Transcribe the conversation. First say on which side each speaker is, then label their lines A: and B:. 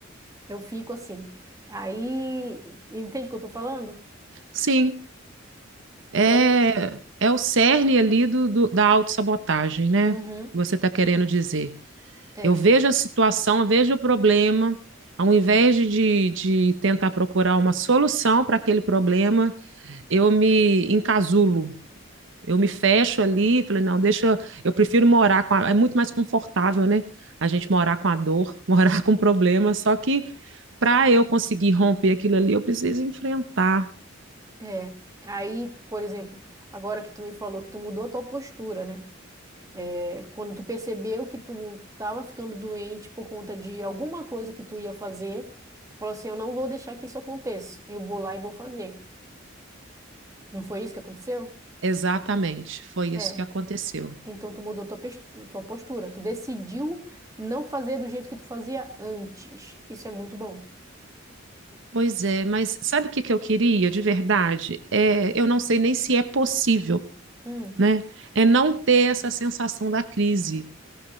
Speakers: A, on the right (about 15°); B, on the right (about 65°).
A: eu fico assim. Aí, entende o que eu tô falando?
B: Sim, é,
A: E aí,
B: é o cerne ali do, do, da autossabotagem, né?
A: uhum,
B: Você está querendo dizer.
A: é,
B: Eu vejo a situação, eu vejo o problema, ao invés de, de de tentar procurar uma solução para aquele problema, eu me encasulo Eu me fecho ali, falei, não, deixa, eu prefiro morar com a, é muito mais confortável, né? A gente morar com a dor, <laughs> morar com o problema, só que para eu conseguir romper aquilo ali, eu preciso enfrentar.
A: é. Aí, por exemplo, agora que tu me falou que tu mudou a tua postura, né? É, quando tu percebeu que tu estava ficando doente por conta de alguma coisa que tu ia fazer, tu falou assim, eu não vou deixar que isso aconteça. Eu vou lá e vou fazer. Não foi isso que aconteceu?
B: Exatamente, foi
A: É.
B: isso que aconteceu.
A: Então tu mudou tua, pes- tua postura. Tu decidiu não fazer do jeito que tu fazia antes. Isso é muito bom.
B: Pois é, mas sabe o que que eu queria de verdade? É, eu não sei nem se é possível,
A: Hum,
B: né? É não ter essa sensação da crise.